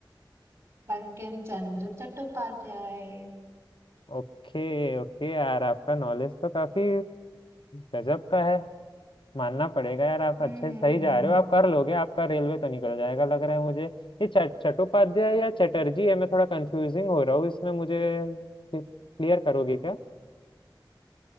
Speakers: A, on the right; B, on the left.
A: बंकिम चंद्र चट्टोपाध्याय
B: ओके ओके यार आपका नॉलेज तो काफी गजब का है मानना पड़ेगा यार आप
A: हम्म
B: अच्छे सही जा रहे हो आप कर लोगे आपका रेलवे तो निकल जाएगा लग रहा है मुझे ये चट चट्टोपाध्याय या चटर्जी है मैं थोड़ा कंफ्यूजिंग हो रहा हूँ इसमें मुझे क्लियर करोगे क्या